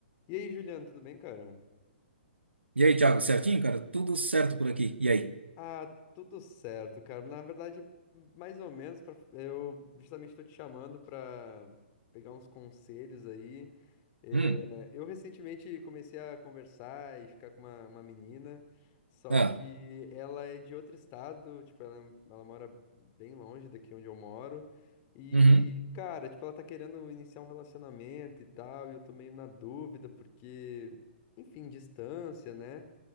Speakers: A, on the left; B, on the right.
A: E aí, Juliano, tudo bem, cara?
B: E aí, Thiago, certinho, cara? Tudo certo por aqui. E aí?
A: Ah, tudo certo, cara. Na verdade, mais ou menos, pra- eu justamente tô te chamando pra pegar uns conselhos aí. É,
B: Hum,
A: eu recentemente comecei a conversar e ficar com uma, uma menina, só
B: Ah,
A: que ela é de outro estado, tipo, ela, é um, ela mora bem longe daqui onde eu moro. E,
B: uhum,
A: cara, tipo, ela tá querendo iniciar um relacionamento e tal, e eu tô meio na dúvida, porque, enfim, distância, né?